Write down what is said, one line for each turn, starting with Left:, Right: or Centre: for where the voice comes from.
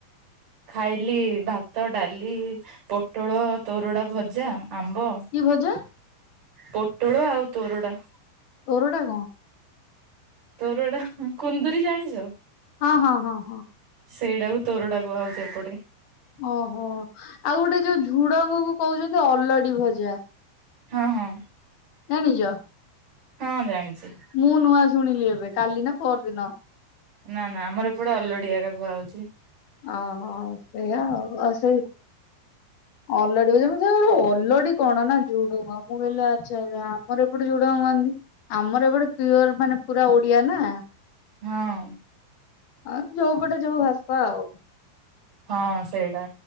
Right: ଖାଇଲି ଭାତ ଡାଲି ପୋଟଳ ତୋରଡ଼ା ଭଜା ଆମ୍ବ।
Left: କି ଭଜା?
Right: ପୋଟଳ ଆଉ ତୋରଡ଼ା।
Left: ତୋରଡ଼ା କଁ?
Right: ତୋରଡ଼ା ହୁଁ କୁନ୍ଦୁରି ଜାଣିଚ?
Left: ହଁ ହଁ ହଁ ହଁ।
Right: ସେଇଟାକୁ ତୋରଡ଼ାକୁୁ କୁହାହଉଚି ଏପଟେ।
Left: ଓହୋ ଆଉ ଗୋଟେ ଯୋଉ ଝୁଡ଼ଙ୍ଗକୁ କହୁଚନ୍ତି ଅଲଡ଼ି ଭଜା।
Right: ହଁ ହଁ।
Left: ଜାଣିଚ?
Right: ହଁ ଜାଣିଚି।
Left: ମୁଁ ନୂଆ ଶୁଣିଲି ଏବେ କାଲି ନା ପଅରଦିନ।
Right: ନାଁ ନାଁ ଆମର ଏପଟେ ଅଲଡି଼ ଆକା କୁହାହଉଚି।
Left: ଅହ ସେୟା ଆଉ। ଆଉ ସେଇ ଅଲଡି଼ ବଯେ ମୁଁ ସେଇଆ କହିଲି ଅଲଡ଼ି କଣ ନାଁ ଝୁଡ଼ୁଙ୍ଗ ମୁଁ କହିଲି ଆଚ୍ଛା ଆଚ୍ଛା ଆମର ଏପଟେ ଝୁଡ଼ଙ୍ଗ କୁହନ୍ତି। ଆମର ଏ ପଟେ ପିଅର ମାନେ ପୁରା ଓଡ଼ିଆ ନାଁ।
Right: ହଁ।
Left: ଆଉ ଯୋଉପଟେ ଯୋଉ ଭାଷା ଆଉ।
Right: ହଁ ସେଇଟା